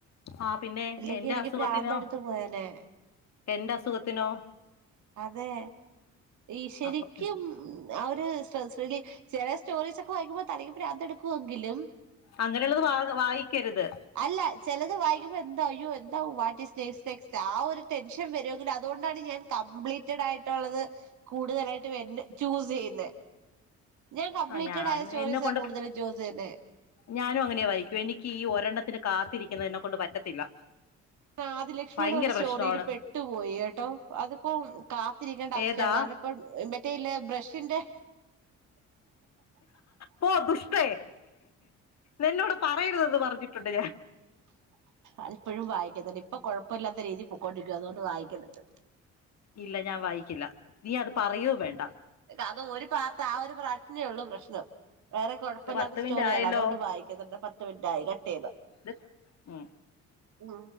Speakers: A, on the left; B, on the right.
A: ആ പിന്നെ
B: അല്ലെങ്കി
A: എന്റെ
B: എനിക്ക്
A: അസുഖത്തിനോ
B: പ്രാന്ത എടുത്ത് പോയാനേ
A: എന്റെ അസുഖത്തിനോ
B: അതെ ഈ ശരിക്കും
A: അപ്പൊ
B: ആഹ് ഒരു സ്ട്രെസ് റിലീ ചില സ്റ്റോറീസ് ഒക്കെ വായിക്കുമ്പോ തലക്ക് പ്രാന്തെടു ക്കുങ്കിലും
A: അങ്ങനെയുള്ളത് വാ വായിക്കരുത്
B: അല്ല ചെലത് വായിക്കുമ്പോ എന്തായോ എന്തും <unintelligible> ആ ഒരു ടെൻഷൻ വരുെങ്കലു തോണ്ടാണ് ഞാൻ കംപ്ലീറ്റഡ് ആയിട്ടുള്ളത് കൂടുതലായിട്ട് വരുന്ന ചൂസ്യ്യുന്ന ഞാൻ കംപ്ലീറ്റഡ
A: ആ ഞാൻ
B: ആയ സ്റ്റോറീസ
A: എന്നെ കൊണ്ട്
B: കൂടുതലും ചൂസ് ചെയ്യുന്ന
A: ഞാനും അങ്ങനെയ വായിക്കും എനിക്ക് ഈ ഒരെണ്ണത്തിന് കാത്തിരിക്കുന്നതിനെ എന്നെ കൊണ്ട് പറ്റത്തില്ല
B: ആദ ലക്ഷ്മിയുടെ
A: ഭയങ്കര
B: ഒരു സ്റ്റോറിയിൽ
A: പ്രശ്നമാണ്
B: പെട്ടുപോയി കേട്ടോ അതിപ്പോ കാത്തിരിക്കേണ്ട അവസ്ഥയാണ്
A: ഏതാ
B: കാരണം ഇപ്പം മറ്റേല്ല ബ്രഷിന്റെ
A: പോ ദുഷ്ടേ നിന്നോട് പറയരുത് എന്ന് പറഞ്ഞിട്ടുണ്ട് ഞാൻ
B: അത് ഇപ്പഴും വായിക്കുന്നുണ്ട് ഇപ്പൊ കുഴപ്പല്ലാത്ത രീതിയിൽ പൊക്കൊണ്ടിരിക്കുവ അതുകൊണ്ട് വായിക്കുന്നുണ്ട്
A: ഇല്ല ഞാൻ വായിക്കില്ല നീ അത് പറയോ വേണ്ട
B: അതൊരു പാത്താ ആ ഒരു പ്രജ്ഞള്ളു പ്രശ്നം വേറെ കുഴപ്പല്ലാത്ത
A: ഇത് പത്ത്
B: സ്റ്റോറിയാണ്
A: മിനിറ്റ് ആയല്ലോ
B: അതോണ്ട് വായിക്ക്‌ന്ന്‌ണ്ട് പത്ത് മിൻറ്റായി കട്ടെയ്തൊ
A: ഇത് ഉം
B: ഉം